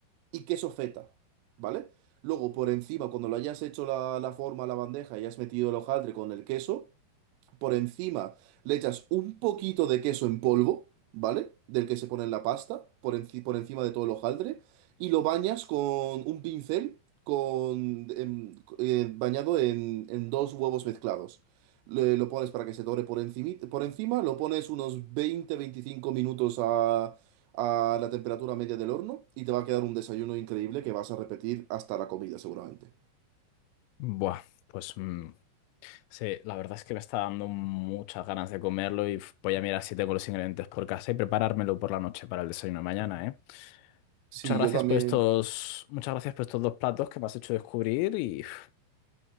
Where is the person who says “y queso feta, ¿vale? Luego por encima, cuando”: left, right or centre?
Right